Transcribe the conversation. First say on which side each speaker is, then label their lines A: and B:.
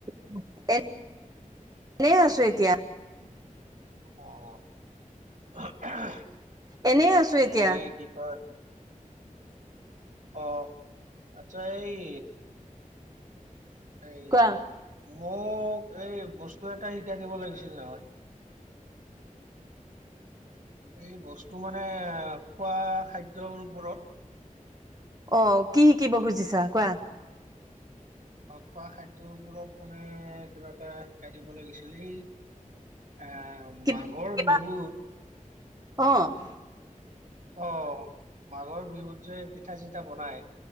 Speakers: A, on the right; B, on the right.
A: <unintelligible> এনে আছো এতিয়া।
B: <unintelligible>
A: এনে আছো
B: হেৰি
A: এতিয়া
B: কি কয় অ', আচ্ছা এই এই
A: কোৱা
B: মোক এই বস্তু এটা শিকাই দিব লাগিছিল নহয়। এই বস্তু মানে খোৱা খাদ্যৰ ওপৰত
A: অ', কি শিকিব খুজিছা কোৱা?
B: খোৱা খাদ্যৰ উপৰত মানে কিবা এটা শিকাই দিব লাগিছিল এই এ
A: কিবা
B: মাঘৰ বিহুত
A: অ'।
B: অ' মাঘৰ বিহুত যে পিঠা চিঠা বনাই